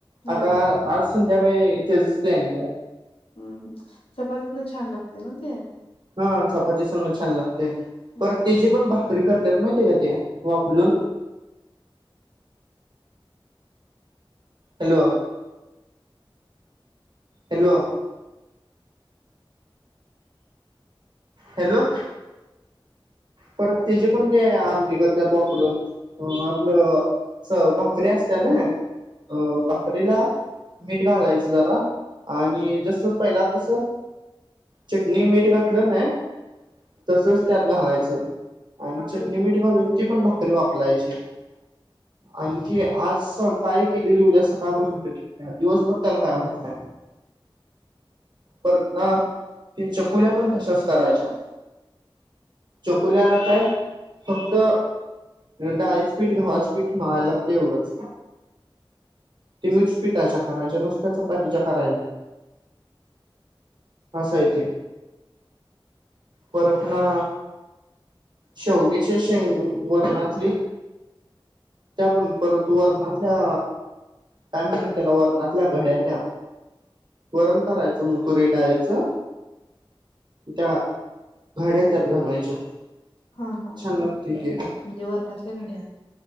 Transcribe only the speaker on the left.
हा
ह चपातीतन छान लागतय ना ते.
होय.
हा हा
म्हणजे वरणातल्या घड्या